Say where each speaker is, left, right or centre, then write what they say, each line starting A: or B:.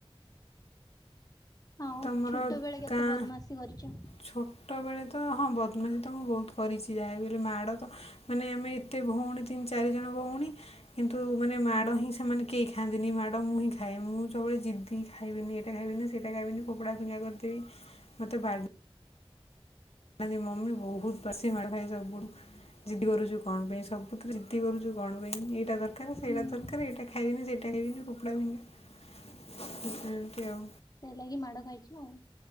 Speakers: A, on the left; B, on the left.
A: ଆଉ
B: ତମର
A: ଛୋଟ ବେଳେ କେତେ
B: ଗାଁ
A: ବଦ୍ମାସି କରିଛ?
B: ଛୋଟବେଳେ ତ ହଁ ବଦମାଜି ତ ମୁଁ ବହୁତ କରିଛି ଯାହାକହିଲେ ମାଡ଼ ତ ମାନେ ଆମେ ଏତେ ଭଉଣୀ ତିନି ଚାରି ଜଣ ଭଉଣୀ କିନ୍ତୁ ମାନେ ମାଡ଼ ହିଁ ସେମାନେ କେହି ଖାଆନ୍ତିନି ମାଡ଼ ମୁଁ ହିଁ ଖାଏ ମୁଁ ସବୁବେଳେ ଜିଦ୍ଦି ଖାଇବିନି ଏଟା ଖାଇବିନି ସେଇଟା ଖାଇବିନି ଫୋପଡା ଫିଙ୍ଗା କରିଦେବି ମତେ ବା ଡାନ୍ତୀ ମମି ବହୁତ ପସି ମଡ ଖାଇ ସୁୁ ଜିଦ୍ଦି କରୁଛୁ କଣ ପାଇଁ ସବୁଥିରେ ଜିଦି କରୁଛୁ କଣ ପାଇଁ ଏଇଟା ଦରକାର ସେଇଟା
A: ହୁଁ।
B: ଦର କାରେ ଏଇଟା ଖାଇବିନି ସେଇଟା ଖାଇବିନି ଫୋପଡା ଫିଙ୍ଗା ଏମିତି ଆଉ
A: ସେ ଲାଗି ମାଡ ଖାଇଛୁ ଆଉ